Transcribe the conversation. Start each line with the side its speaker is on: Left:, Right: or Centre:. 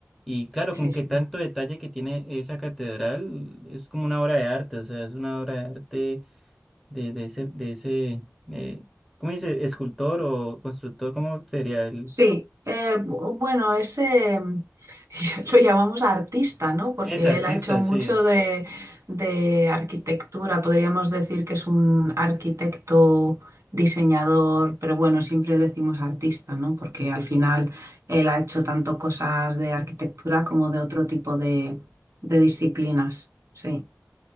Centre: Y claro,
Right: sí,
Centre: como que
Right: sí.
Centre: tanto detalle que tiene esa catedral es como una obra de arte, o sea, es una obra de arte de, de ese, de ese eh, ¿cómo dice? Escultor o constructor, ¿cómo sería el?
Right: Sí, eh, bu- bueno, ese mm, <laughs> lo llamamos artista, ¿no? Porque
Centre: Es artista,
Right: él ha hecho mucho
Centre: sí.
Right: de, de arquitectura, podríamos decir que es un arquitecto, diseñador, pero bueno, siempre decimos artista, ¿no? Porque al final él ha hecho tanto cosas de arquitectura como de otro tipo de, de disciplinas. Sí,